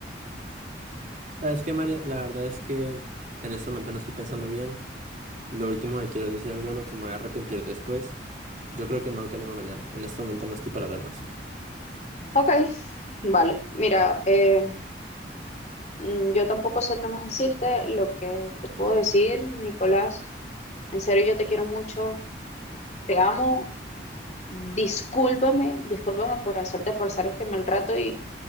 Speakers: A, on the right; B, on the left.
A: ¿Sabes qué, María? La verdad es que en este momento no estoy pensando bien. Lo último que quiero es decir algo de lo que me voy a arrepentir después. Yo creo que mejor que hablemos mañana. En este momento no estoy para hablar más.
B: Ok, vale, mira, eh, Mm, Yo tampoco sé qué más decirte. Lo que te puedo decir, Nicolás, en serio yo te quiero mucho, te amo. Discúlpame, discúlpame por hacerte pasar este mal rato y,